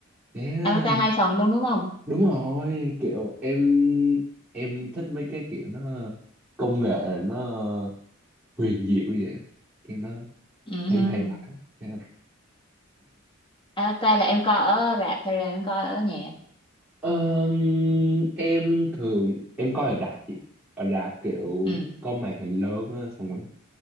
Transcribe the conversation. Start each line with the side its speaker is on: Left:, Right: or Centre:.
Centre: yeah,
Left: Avatar hai phần luôn đúng không
Centre: đúng rồi kiểu em em thích mấy cái kiểu nó công nghệ nó huyền diệu như vậy kiểu nó
Left: ừ.
Centre: thấy hay vậy yeah.
Left: Avatar là em coi ở rạp hay là em coi ở nhà
Centre: Ờm, em thường em coi ở rạp chị ở rạp kiểu
Left: ừ.
Centre: có màn hình lớn á, xong rồi